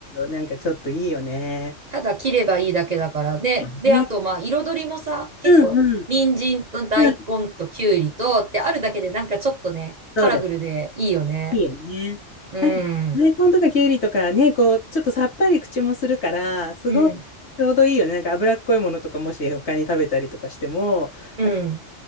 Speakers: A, on the left (about 60°); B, on the right (about 45°).
A: なんかちょっといいよね。
B: ただ切ればいいだけだから。で、
A: ね
B: で、あとまあ彩りもさ、結構、
A: うんうん。
B: 人参と大根ときゅうりとってあるだけでなんかちょっとね、
A: うん。そうだ
B: カラフルでいいよね。
A: いいよね。
B: うん。
A: なんか、大根とかきゅうりとかね、こう、ちょっとさっぱり口もするから、すごいちょうどいいよね。
B: うん。
A: なんか脂っこいものとかもし他に食べたりとかしても、
B: うん。
A: なんか